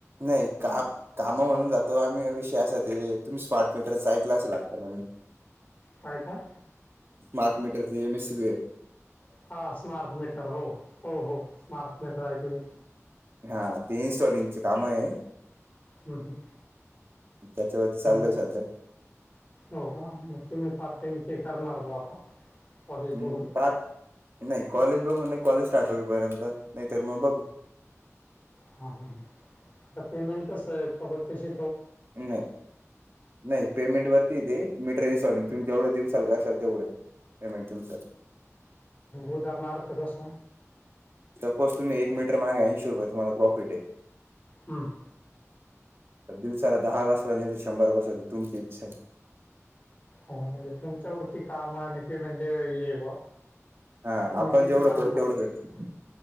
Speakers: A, on the right (about 50°); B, on the left (about 25°).
A: नाही का कामा म्हणून जातो आम्ही. विषय असा आहे, ते तुम्ही स्मार्ट मीटरच ऐकले असेल आता नवीन.
B: काय काय?
A: स्मार्ट मीटरचे एमएससी बी आहे.
B: हा स्मार्ट मीटर हो. हो हो स्मार्ट मीटर ऐकलय.
A: हा ते इन्स्टॉलिंगचे काम आहे.
B: हम्म हम्म
A: त्याच्यावरती चाललोय
B: मग
A: सध्या
B: हो का, मग तुम्ही पार्ट टाइम ते करणार बुआ आता. कॉलेज
A: हम्म
B: बघून
A: पाच नाही कॉलेज बघून कॉलेज स्टार्ट होईपर्यंत. नाहीतर मग बघू
B: हा हा आता पेमेंट कस आहे. फुकटचे शी
A: नाही नाही पेमेंट वर हे ते मीटर इन्स्टॉलमेंट तुम्ही जवढे दिवसाल करशाल तेवढे पेमेंट तुमच.
B: उदाहरणार्थ कस.
A: सपोज तुम्ही एक मीटर मागे ऐंशी रुपये तुम्हाला प्रॉफिट आहे.
B: हम्म
A: दिवसाला दहा बसवा. नाही तर शंभर बसवा. तुमची इच्छा आहे.
B: हो तुमच्या वरती काम आणि पेमेंट हे आहे बवा.
A: हा
B: तुम्ही
A: आपण
B: किती
A: जेवढं
B: काम
A: करू
B: करता.
A: तेवढं भेट